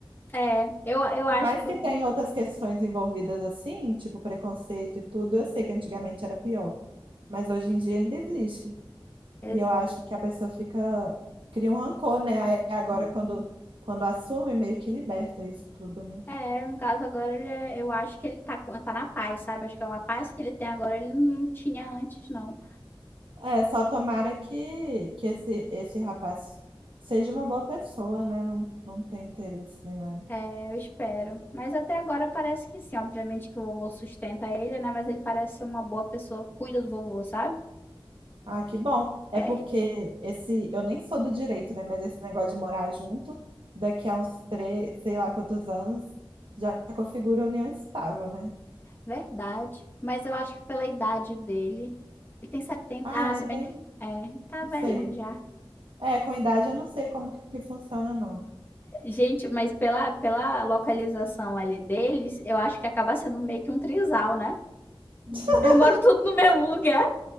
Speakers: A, on the left; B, on the right.
A: É, eu, eu
B: Por
A: acho
B: mais
A: que
B: que
A: um...
B: tenha outras questões envolvidas assim, tipo preconceito e tudo, eu sei que antigamente era pior, mas hoje em dia ainda existe.
A: exi-
B: E eu acho que a pessoa fica, cria um rancor, né? Aí agora quando, quando assume, meio que liberta isso tudo, né?
A: É, no caso agora, ele é- eu acho que ele tá, com- tá na paz, sabe? Acho que é uma paz que ele tem agora, ele não tinha antes, não.
B: É, só tomara que, que esse, esse rapaz seja uma boa pessoa, né? Não, não tem interesse nenhum.
A: É, eu espero. Mas até agora parece que sim. Obviamente que o vovô sustenta ele, né? Mas ele parece ser uma boa pessoa, cuida do vovô, sabe?
B: Ah, que bom. É
A: É
B: porque esse, eu nem sou do direito, né? Mas esse negócio de morar junto, daqui a uns três, sei lá quantos anos, já configura união estável, né?
A: verdade. Mas eu acho que pela idade dele. Ele tem setenta
B: Ah,
A: Ah,
B: é,
A: se
B: tem,
A: bem que. É, tá
B: não
A: velhinho
B: sei.
A: já.
B: É, com a idade eu não sei como que funciona, não.
A: Gente, mas pela, pela localização ali deles, eu acho que acaba sendo meio que um trisal, né?
B: <laughs>
A: Eles moram tudo no mesmo lugar.